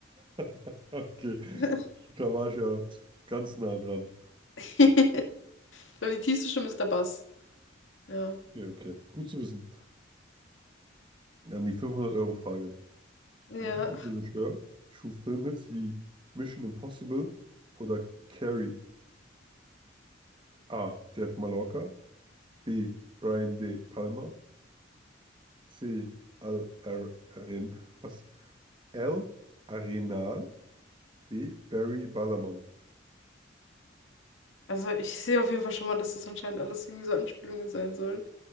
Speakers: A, on the right; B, on the left.
A: <laughs> Okay.
B: <laughs>
A: Da war ich ja ganz nah dran.
B: <laughs> Ich glaube, die tiefste Stimme ist der Bass. Ja.
A: Okay, okay. Gut zu wissen. Dann die 500-Euro-Frage.
B: Ja.
A: Welcher Regisseur schuf Filmhits wie Mission Impossible oder Carrie? A. Jeff Mallorca. B. Brian De Palma. C. Al Ar Arin was? L. Arenal. D. Barry Ballermann.
B: Also ich sehe auf jeden Fall schon mal, dass das anscheinend alles irgendwie so Anspielungen sein sollen.